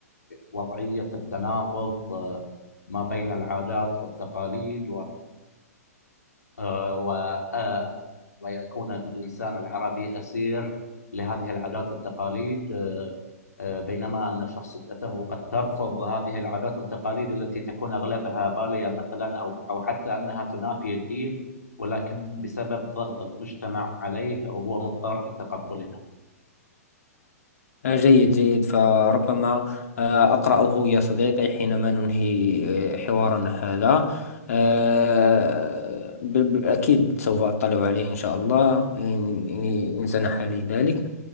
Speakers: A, on the left; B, on the left.
A: وضعية التناقض آه، ما بين العادات والتقاليد آه، و آه، ويكون الإنسان العربي أسير لهذه العادات والتقاليد آه، آه، بينما أن شخصيته قد ترفض هذه العادات والتقاليد التي تكون أغلبها بالية مثلا أو أو حتى أنها تنافي الدين ولكن بسبب ضغط المجتمع عليه وهو مضطر لتقبلها
B: آه، جيد جيد فربما آه، أقرأه يا صديقي حينما ننهي آه، حوارنا هذا آه، ب- ب- أكيد سوف أطلع عليه إن شاء الله إن إن إن سنح لي ذلك